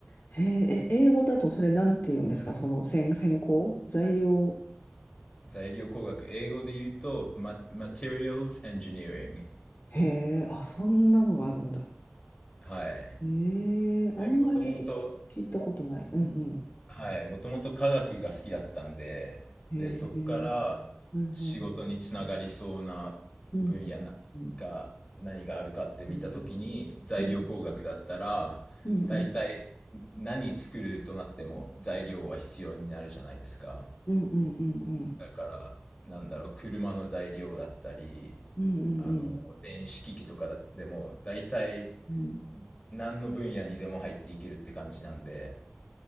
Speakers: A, on the left (about 55°); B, on the left (about 25°).
A: へえ、え、英語だとそれなんて言うんですかその先、先行材料。
B: 材料工学、英語で言うと、マ、Materials Engineering。
A: へえ、あ、そんなのがあるんだ。
B: はい。
A: へえ、
B: はい、
A: あんまり聞いたことない。
B: もともと、
A: うんう
B: はい、もともと科学が好きだったんで、
A: ん。
B: で、
A: へ
B: そこから仕事につながりそうな分野なが何があるかって見たときに、
A: え、うんうんうん。うんうんうん
B: 材料工学だったら、
A: うんうん
B: 大体何作るとなっても材料は必要になるじゃないですか。
A: うんうんうんうん
B: だから、なんだろう、車の材料だったり、
A: うん
B: あの、電子機器とかだでも、大体
A: うん
B: 何の分野にでも入っていけるって感じなんで、